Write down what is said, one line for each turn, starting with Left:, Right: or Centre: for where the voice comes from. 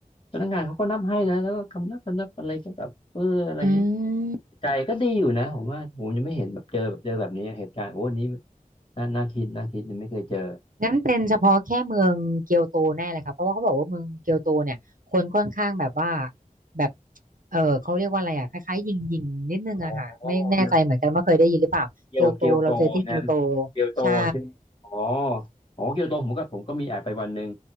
Left: พนักงานเขาก็นับให้นะแล้วก็คำนับคำนับอะไรก็แบบเอออะไรอย่างนี้
Right: อืม
Left: ใจก็ดีอยู่นะผมว่าผมยังไม่เห็นแบบเจอแบบเจอแบบนี้เหตุการณ์โอ้อันนี้น่าน่าคิดน่าคิดยังไม่เคยเจอ
Right: งั้นเป็นเฉพาะแค่เมืองเกียวโตแน่เลยค่ะเพราะว่าเขาบอกว่าเมืองเกียวโตเนี่ยคนค่อนข้างแบบว่าแบบเออเขาเรียกว่าอะไรอ่ะคล้ายๆยิงยิงนิดนึงอะค่ะไม่แน่ใจเหมือนกันว่าเคยได้ยินหรือเปล่าเกียวโตเราเจอที่เกียวโต
Left: โอ้เกียวเกียวเกียวโตนะเกียวโตใช่ไหมอ๋อ
Right: ใช่
Left: อ๋อเกียวโตผมก็ผมก็มีแอบไปวันหนึ่ง